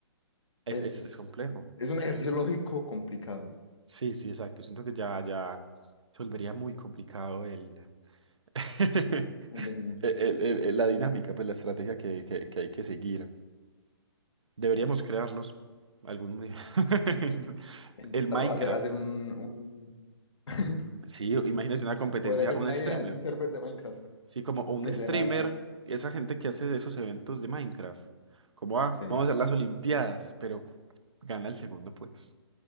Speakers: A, on the right; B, on the left.
A: Es,
B: Es,
A: es, es complejo.
B: es un ejercicio lógico complicado.
A: Sí, sí, exacto. Siento que ya, ya se volvería muy complicado el, <laughs>
B: En dominar,
A: el- el- el- la dinámica, pues la estrategia que, que- que hay que seguir. Deberíamos crearlos algún día. <laughs>
B: en intentarlo
A: El Minecraft.
B: hacer, hacer un, un- <laughs>
A: Sí, imagínese una competencia,
B: Podría ser
A: un
B: una
A: streamer.
B: idea de un server de Minecraft
A: Sí, como un
B: que
A: streamer,
B: sea...
A: esa gente que hace de esos eventos de Minecraft. Como, ah,
B: Sí.
A: vamos a hacer las Olimpiadas, pero gana el segundo, pues.